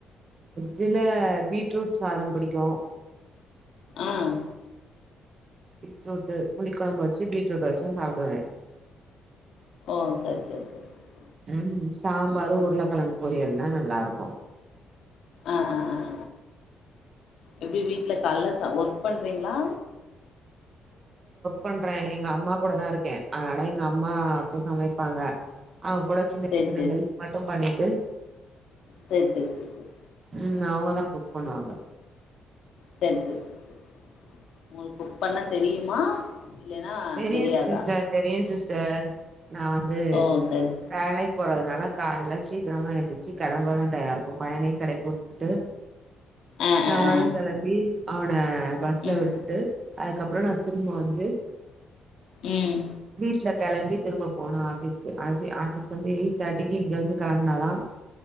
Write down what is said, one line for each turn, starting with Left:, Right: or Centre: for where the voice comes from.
Right: ஜில பீட்ரூட் சாதம் புடிக்கும்
Left: ஆன்
Right: பீட்ரூட் புளி குழம்பு வச்சு பீட்ரூட் வச்சா சாப்டுவேன்
Left: ஒ சரி சரி சரி சரி
Right: உம் சாம்பார்
Left: ம்
Right: உருளைக்கிழங்கு பொரியல்னா நல்லா இருக்கும்
Left: அஹ் அஹ் ஆஹ் எப்படி வீட்டு்ல கால்ல ஒர்க் பண்றீங்களா
Right: பண்றேன் எங்க அம்மா கூட தான் இருக்கேன் அதனால எங்க அம்மா அப்ப சமைப்பாங்க அவங்க கூட சின்ன
Left: சேரி
Right: சின்ன ஹெல்ப் மட்டும் பண்ணி ட்டு
Left: சரி சரி சரி சரி
Right: உம் அவங்கதான் குக் பண்ணுவாங்க
Left: சரி சரி சரி ச சரி உங்களுக்கு குக் பண்ண தெரியுமா இல்லன்னா
Right: தெரியும்
Left: தெரியாதா
Right: சிஸ்டர் தெரியும் சிஸ்டர் நான் வந்து
Left: ஓ சரி
Right: வேலைக்கு போறதுனால கால்ல சீக்கிரமா எழுந்துச்சி கிளம்ப தான் டயம் இருக்கும் பையனையும் களப்பிட்டு
Left: ஆ ஆ
Right: நானும்
Left: ஆ ஆ
Right: கெளம்பி அவன பஸ்ல
Left: ம்
Right: விட்டுட்டு அதுக்கப்றம் நான் திரும்ப வந்து
Left: உம்
Right: வீட்ல கெளம்பி திரும்ப போணும் ஆஃபீஸ்க்கு ஆபீஸ்கு வந்து எயிட் தேர்ட்டிக்கு இங்க இருந்து கிளம்பனாதான்